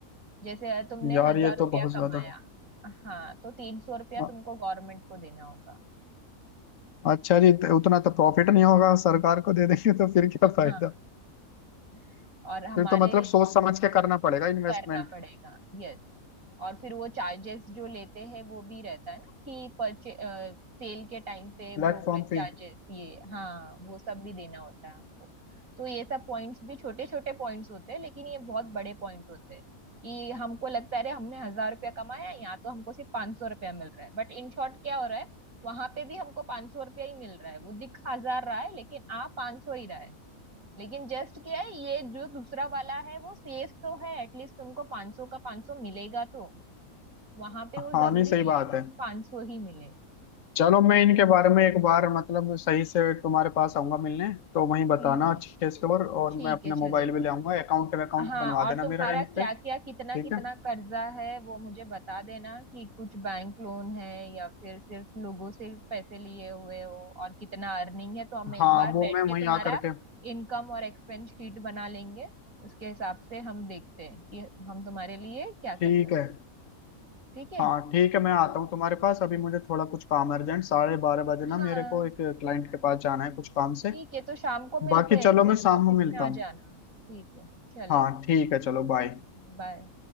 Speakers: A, on the right (about 65°); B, on the left (about 60°).
A: जैसे तुमने
B: यार
A: हजार
B: ये
A: रुपया
B: तो बहुत ज्यादा
A: कमाया हाँ तो तीन सौ रुपया
B: अ-
A: तुमको गवर्नमेंट को देना होगा
B: अच्छा जी तो उतना तो प्रॉफिट नहीं होगा सरकार को दे देंगे तो फिर क्या
A: हाँ
B: फायदा
A: <laughs> और हमारे
B: फिर तो मतलब सोच समझ के करना पड़ेगा इन्वेस्टमेंट
A: करना पड़ेगा यस और फिर वो चार्जेस जो लेते हैं वो भी रहता है ना कि परचे सेल के टाइम पे
B: Platform
A: ब्रोकरेज
B: fee
A: चार्जेस ये हाँ वो सब भी देना होता है हमको तो ये सब पॉइंट्स भी छोटे छोटे पॉइंट्स होते हैं लेकिन ये बहुत बड़े पॉइंट होते हैं कि हमको लगता है अरे हमने हजार रुपया कमाया यहाँ तो हमको सिर्फ पांच सौ रुपया मिल रहा है बट इन शॉर्ट क्या हो रहा है वहां पे भी हमको पांच सौ रुपया ही मिल रहा है वो दिख हजार रहा है लेकिन आ पांच सौ ही रहा है लेकिन जस्ट क्या है ये जो दूसरा वाला है वो सेफ तो है एटलीस्ट तुमको 500 का 500 मिलेगा तो वहां पे
B: हाँ
A: वो जरूरी
B: नहीं सही
A: नहीं
B: बात
A: है ना
B: है
A: पाँच सौ ही मिले तो
B: चलो मैं
A: मेरी
B: इनके
A: तो
B: बारे में एक बार मतलब सही से तुम्हारे पास आऊंगा मिलने तो वहीं बताना
A: हम्म हम्म
B: अच्छे से और और
A: ठीक
B: मैं अपना
A: है चलेगा
B: मोबाइल भी ले आऊंगा अकाउंट अकाउंट
A: हाँ
B: बनवा
A: और
B: देना
A: तुम्हारा
B: मेरा इन पे
A: क्या क्या कितना
B: ठीक
A: कितना
B: है
A: कर्जा है वो मुझे बता देना कि कुछ बैंक लोन है या फिर सिर्फ लोगों से पैसे लिए हुए हो और कितना अर्निंग है तो हम एक
B: हाँ
A: बार
B: वो
A: बैठ
B: मैं
A: के
B: वहीं
A: तुम्हारा
B: आ करके
A: इनकम और एक्सपेंस शीट बना लेंगे उसके हिसाब से हम देखते हैं कि हम तुम्हारे लिए क्या
B: ठीक
A: कर सकते
B: है
A: ठीक है
B: हाँ ठीक है मैं आता हूँ तुम्हारे पास अभी मुझे थोड़ा कुछ काम अर्जेंट साढ़े बारह बजे ना
A: हाँ
B: मेरे को एक क्लाइंट के पास जाना है कुछ काम से
A: ठीक है तो शाम को मिलते
B: बाकी
A: हैं
B: चलो
A: फिर
B: मैं शाम
A: ऑफिस
B: में मिलता
A: में आ
B: हूँ
A: जाना ठीक है चलेगा
B: हाँ ठीक है चलो बाय
A: बाय